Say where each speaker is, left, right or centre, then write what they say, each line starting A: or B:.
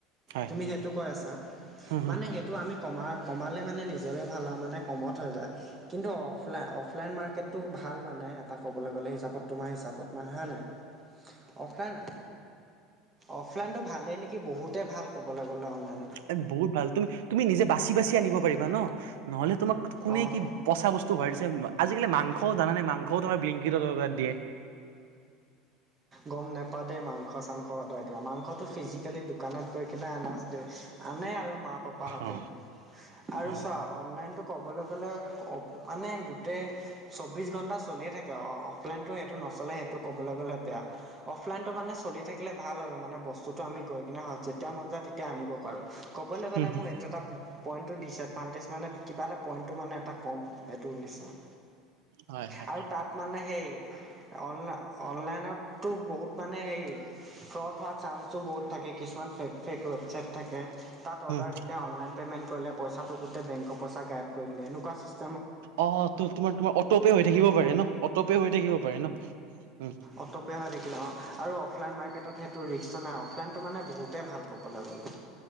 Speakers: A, on the right (about 85°); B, on the right (about 15°).
A: হয়
B: তুমি সেইটো কৈ আছা
A: হুম হুম
B: মানে সেই টো আমি কমা-কমালে মানে নিজৰে ভাল আৰু কমত হৈ যায়। কিন্তু অফলাইন মাৰ্কেট টো ভাল মানে এটা ক'বলৈ গ'লে হিচাপত তোমাৰ হিচাপত না হয় নাই। অফলাইন অফলাইনটো ভালেই নেকি বহুতে ভাল ক'বলৈ গ'লে অনলাইনত কে।
A: এ বহুত ভাল তুমি তুমি নিজে বাচি বাচি আনিব পাৰিবা ন নহলে তোমাক কোনে
B: অঁ
A: কি পচা বস্তু ভৰাই দিছে আজিকালি মাংস জানানে মাংসও তোমাৰ ব্লিংকিত অৰ্দাৰ দিয়ে।
B: গম নাপাওঁ দেই মাংস চাংস অৰ্ডাৰ দিয়া মাংসটো ফিজিকেলি দোকানত গৈ কিনে আনাজ দে আনে আৰু। মা পাপা হঁতে
A: অ
B: আৰু
A: অ
B: চা অনলাইনটো কবলৈ গলে, মানে গোটেই চৌবিশ ঘণ্টা চলিয়ে থাকে অ, অফলাইনতো সেইটো নচলে সেইটো কবলৈ গলে বেয়া। অফলাইনটো মানে চলি থাকিলে ভাল আৰু মানে বস্তু যিটো আমি গৈ পিনে হয় যেতিয়া মন যায় তেতিয়া আনিব পাৰোঁ, কবলৈ
A: হুম
B: গলে
A: হুম,
B: মোৰ এইটো এটা পইণ্টটোৰ দিছে ভানটেজ মানে কিবা এটা পইণ্টটো মানে এটা কম, সেইটোৰ নিচিনা
A: হয় হয়
B: আৰু তাত মানে সেই অনলা অনলাইনত টো বহুত মানে হেই ফ্ৰড হোৱাৰ চান্সটো বহুত থাকে। কিছুমান ফেক ফেক ৱেবচাইট থাকে, তাত অৰ্ডাৰ
A: উম
B: দিলে অনলাইন পেমেন্ট কৰিলে পইচাটো গোটেই বেংকৰ পইচা গায়েপ কৰি দিলে, এনেকুৱা চিচটেম
A: অ টো তোমাৰ তোমাৰ অটোপে হৈ থাকিব পাৰে নহ, অটোপে হৈ থাকিব পাৰে নহ
B: অটোপে হৈ থাকিলে অ আৰু অফলাইন মাৰ্কেটত সেইটো ৰিক্সো নাই অ প্লেনটো মানে বহুতেই ভাল কবলৈ গলে